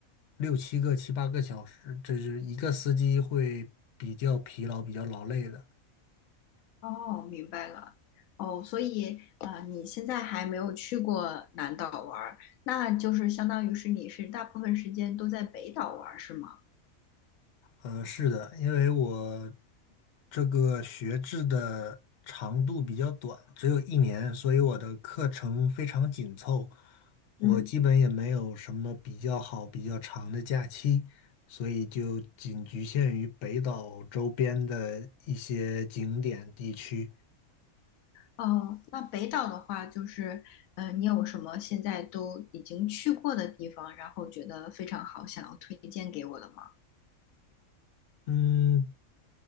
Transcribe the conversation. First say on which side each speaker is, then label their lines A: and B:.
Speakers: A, on the left; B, on the left.
A: 六七个、七八个小时，这是一个司机会比较疲劳、比较劳累的。
B: 哦，明白了。哦，所以啊、呃你现在还没有去过南岛玩儿，那就是相当于是你是大部分时间都在北岛玩儿，是吗？
A: 嗯，是的，因为我这个学制的长度比较短，只有一年，所以我的课程非常紧凑，
B: 嗯。
A: 我基本也没有什么比较好、比较长的假期，所以就仅局限于北岛周边的一些景点地区。
B: 哦，那北岛的话，就是，嗯，你有什么现在都已经去过的地方，然后觉得非常好，想要推荐给我的吗？
A: 嗯，